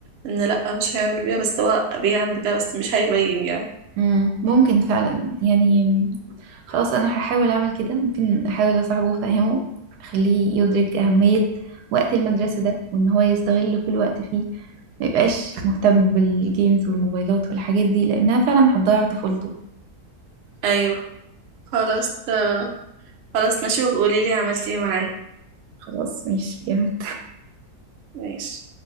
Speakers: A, on the right; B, on the right.
A: إن لأ مش هيعمل بيها بس هو بيعمل بيها بس مش هيبين يعني
B: مم، ممكن فعلا يعني خلاص انا هحاول اعمل كده ممكن احاول اصاحبه وافهمه اخليه يدرك اهمية وقت المدرسة ده وان هو يستغل كل وقت فيه ما يبقاش مهتم بالجيمز والموبايلات والحاجات دي لانها فعلا هتضيع طفولته
A: أيوه خلاص آه، خلاص ماشي وبقوليلي عملتي إيه معاه
B: خلاص ماشي جامد
A: ماشي